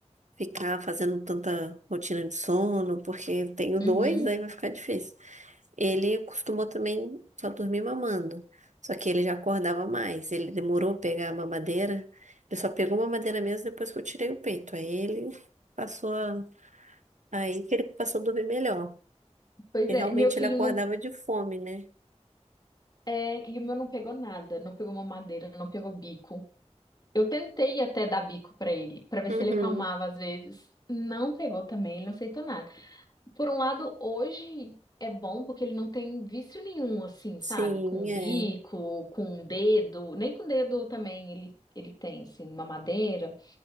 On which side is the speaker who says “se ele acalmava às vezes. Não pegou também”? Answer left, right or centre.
Left